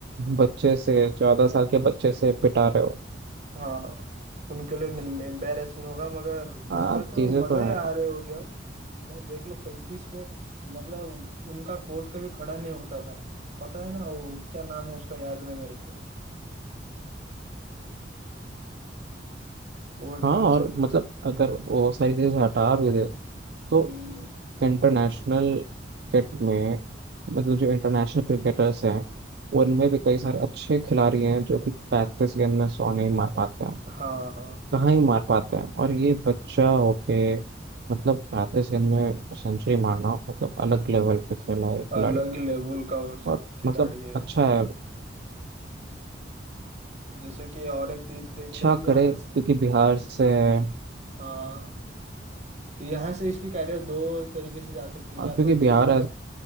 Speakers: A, on the right (about 60°); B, on the right (about 40°).
A: बच्चे से चौदह साल के बच्चे से पिटा रहे हो
B: हाँ उनके लिए एम्बेरसिंग होगा मगर
A: हाँ
B: इसका तो
A: चीजें
B: मजा
A: तो
B: ही
A: हैं
B: आ रहे हो गया भाई देख लो पैंतीस पे मतलब उनका कोच कभी खड़ा नहीं होता था पता है ना वो क्या नाम है उसका याद नहीं मेरे को वो एकदम
A: हाँ और
B: से हुई
A: मतलब अगर वो सारी चीजें हटा भी दे तो
B: हम्म,
A: इंटरनेशनल क्रिकेट में मतलब जो इंटरनेशनल क्रिकेटर्स हैं उनमें भी कई सारे अच्छे खिलाड़ी हैं जो कि पैंतीस गेंद में सौ नहीं मार पाते हैं
B: हाँ हाँ
A: कहाँ ही मार पाते हैं और ये बच्चा होके मतलब पैंतीस गेंद में सेंचुरी मारना मतलब अलग लेवल पे खेला है खिलाड़ी
B: अलग ही लेवल का उस
A: और
B: खिलाड़ी
A: मतलब
B: है
A: अच्छा है
B: जैसे कि और एक चीज देख
A: अच्छा
B: ले यहाँ
A: करे क्योंकि
B: से
A: बिहार से है
B: हाँ यहाँ से इसकी कैरियर दो तरीके से जा सकती है
A: और
B: या
A: क्योंकि
B: तो फिर
A: बिहार ऐस-